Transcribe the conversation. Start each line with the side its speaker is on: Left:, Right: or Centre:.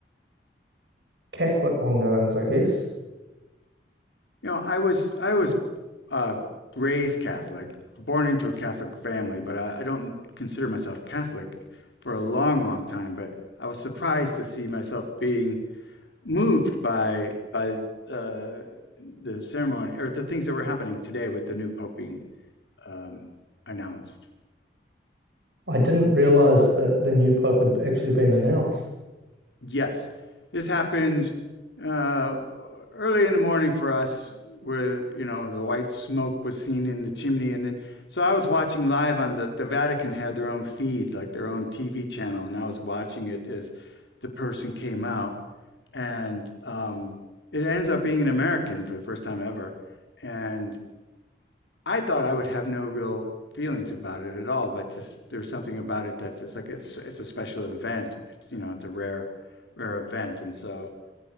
Right: Catholic ongoings, I guess.
Left: You know, I was I was uh, raised Catholic, born into a Catholic family, but I, I don't consider myself Catholic for a long, long time. But I was surprised to see myself being moved by by uh, the ceremony or the things that were happening today with the new pope being um, announced.
Right: I didn't realize that the new pope had actually been announced.
Left: Yes, this happened uh, early in the morning for us, where you know the white smoke was seen in the chimney, and then so I was watching live on the the Vatican had their own feed, like their own TV channel, and I was watching it as the person came out, and um, it ends up being an American for the first time ever, and I thought I would have no real feelings about it at all, but just there's something about it that's it's like it's it's a special event. It's you know it's a rare rare event, and so